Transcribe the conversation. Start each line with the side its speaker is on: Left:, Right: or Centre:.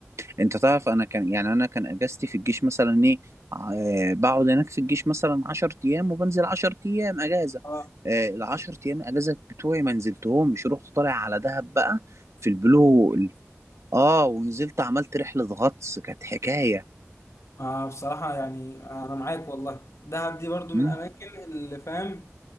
Right: انت تعرف انا كان يعني انا كان اجازتي في الجيش مثلا ايه آه، بقعد هناك في الجيش مثلا 10 ايام وبنزل 10 ايام اجازه
Left: اه
Right: آه، العشر ايام اجازه بتوعي ما نزلتهمش رحت طالع على دهب بقى في البلو هول. اه ونزلت عملت رحله غطس كانت حكايه
Left: آه، بصراحة يعني أنا معاك والله دهب دي برضو
Right: مم.
Left: من الأماكن اللي فاهم